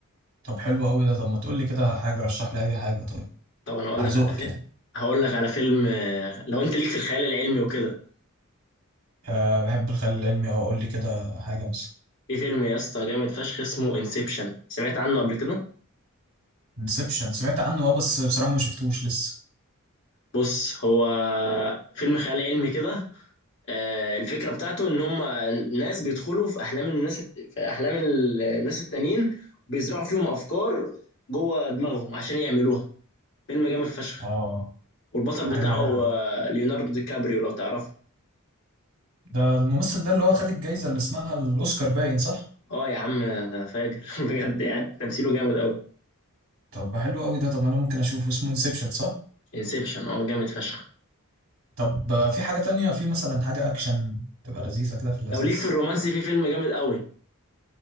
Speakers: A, on the right (about 65°); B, on the left (about 55°).
A: طب حلو قوي ده طب ما تقول لي كده حاجة رشح لي اي حاجة طيب
B: طب انا هقول
A: على
B: لك
A: ذوقك
B: على فيلم
A: يعني
B: هقول لك على فيلم آه، لو انت ليك في الخيال العلمي وكده
A: أه بحب الخيال العلمي اه قول لي كده حاجة مثلا
B: في فيلم يا اسطى جامد فشخ اسمه انسبشن سمعت عنه قبل كده
A: انسبشن سمعت عنه اه بس بصراحة ما شفتوش لسه
B: بص هو فيلم خيال علمي كده آه، الفكرة بتاعته إن هم ناس بيدخلوا في أحلام الناس الت- في أحلام ال- الناس التانيين بيزرعوا فيهم أفكار جوه دماغهم عشان يعملوها فيلم جامد فشخ
A: اه
B: والبطل
A: ده
B: بتاعه
A: حلو قوي ده
B: آه، ليوناردو دي كابريو لو تعرفه
A: ده الممثل ده اللي هو خد الجايزة اللي اسمها الأوسكار باين صح؟
B: اه يا عم انا فاجر <laughs> بجد يعني تمثيله جامد قوي
A: طب حلو قوي ده طب أنا ممكن أشوفه اسمه انسبشن صح؟
B: انسبشن اه جامد فشخ
A: طب آه، في حاجة تانية في مثلا حاجة أكشن تبقى لذيذة كده في اللذيذ
B: لو ليك في الرومانسي في فيلم جامد قوي